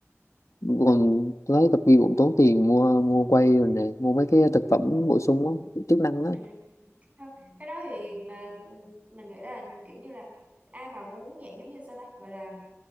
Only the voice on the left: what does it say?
còn tôi thấy tập gym cũng tốn tiền mua mua quay rồi này mua mấy cái thực phẩm bổ sung á, chức năng á